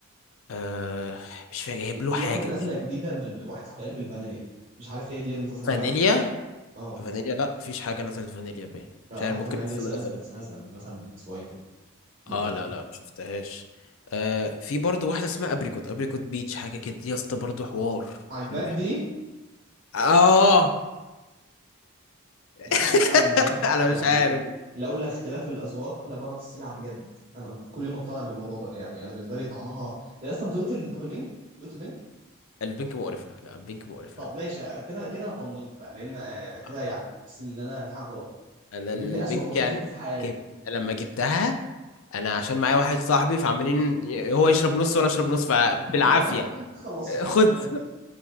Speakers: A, on the left (about 65°); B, on the right (about 35°).
A: آه مش فاكر جايب له
B: في
A: حاجه
B: واحده نازله
A: مش
B: جديده بال... واحد صاحبي قال لي بالفانيليا مش عارف هي دي اللي قصدك
A: فانيليا
B: عليها ولا اه
A: فانيليا لا مفيش حاجه نزلت فانيليا باين
B: لا،
A: مش
B: واحد
A: عارف ممكن
B: صاحبي قال
A: لسه
B: لي لسه
A: ما نزلت
B: نازله لسه نازله من مثلا من اسبوعين كده بالفانيليا
A: اه لا لا ما شفتهاش آه في برضه واحده اسمها ابريكوت ابريكوت بيتش حاجه كده دي يا اسطى برضه حوار
B: عجباك
A: حلو حلو
B: دي
A: اه <laughs>
B: يا اخي فعلا بجد
A: انا
B: يعني
A: مش عارف
B: لولا اختلاف الاذواق لبارت السلع بجد انا مك- كل يوم بقتنع بالموضوع ده يعني انا بالنسبه لي طعمها أنا اصلا دقت ال... طب البنك دقت البنك
A: البنك مقرفة لا البنك مقرفة
B: طب ماشي آه، كده كده انا طمنت بقى لان آه، آه، كده
A: آه.
B: يعني بس ان انا في حاجه غلط
A: انا
B: البنك
A: البنك
B: ده اسوأ مشروب
A: يعني
B: شفته في حياتي
A: جبت لما جبتها انا عشان معايا واحد صاحبي فعمالين ي- هو يشرب نص وانا اشرب نص فبالعافيه
B: <laughs> اللي هو خلصوها
A: <laughs> خد
B: بالنبي